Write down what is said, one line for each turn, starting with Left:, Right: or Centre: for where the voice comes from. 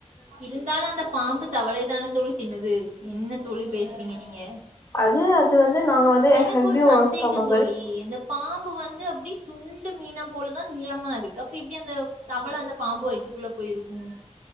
Right: இருந்தாலு அந்தப் பாம்பு தவளயதானே தோழி தின்னுது என்ன தோழி பேசுறீங்க நீங்க
Left: அது வந்து நாங்க வந்து
Right: எனக்கு
Left: ஹெர்பிவோரஸ்
Right: ஒரு சந்தேகந்
Left: சாப்டுவோ
Right: தோழி இந்த பாம்பு வந்து அப்டி துண்டு மீனைப் போல தான் நீளமா இருக்கு அப்ப எப்டி அந்தத் தவள அந்த பாம்பு வயித்துக்குள்ள போயிருக்கும்